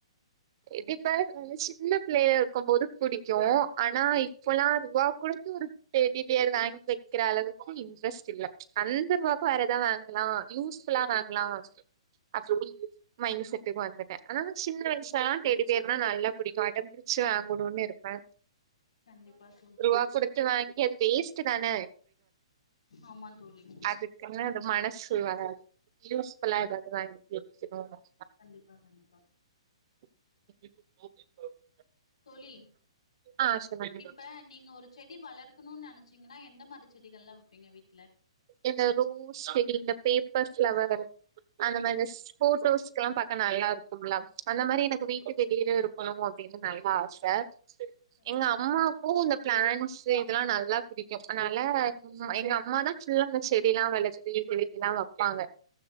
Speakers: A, on the right; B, on the left.
A: ஏடிபிளியர் வந்து சின்ன பிள்ளையா இருக்கும்போது பிடிக்கும் ஆனா இப்பல்லாம் ருவா கூடுத்து ஒரு எடி பிளியர் வாங்கி வைக்கிற அளவுக்கு இன்ட்ரெஸ்ட் இல்ல அந்த ரூவாய்க்கு வேற எதாவது வாங்கலாம் யூஸ்ஃபுல்லா வாங்கலாம் அப்டி மைண்ட் செட்டுக்கு வந்துட்டேன் ஆனா சின்ன வயஸ் ல எல்லாம் டெடிபியர்னா நா என்ன பண் பிடிக்கும்அடம் புடிச்சி வாங்கணும்னு இருப்ப
B: கண்டிப்பா தோழி
A: ரூபா கொடுத்து வாகி அது வேஸ்டுத்தான
B: ஆமா தோழி
A: அதுக்குள்ளா அது மனசு வராது யூஸ்ஃபுல்லா ஏதாவது வாங்கி <unintelligible>
B: கண்டிப்பா கண்டிப்பா
A: <inaudible>
B: தோழி
A: ஆ சொல்லுங்க
B: இப்ப நீங்க ஒரு செடி வளர்க் கனு நினைச்சங்கன்னா எந்த மாதி செடிங்கள் ல வைப்பிங்க வீட்
A: இந்த ரோஸ் எக்ரினப் பேப்பர்ஸ் பிளவர் அந்த மாதிரி போட்டோஸ்ல்லாம் பாக்க நல்லா இருக்கும் இருக்கும்ல அந்த மாதிரி எனக்கு வீட்டுக்கு வெளியில இருக்கணும் அப்படின்னு நல்ல ஆச
B: சரிங்க
A: எங்க
B: தோழி
A: அம்மாக்கும் இந்த பிளான்ட் இதெல்லாம் நல்லா பிடிக்கும் அதனால எங்க அம்மா தான் சிலம்ப செடி எல்லாம் வளர்த்து இவங்க எல்லாம் வைப்பாங்க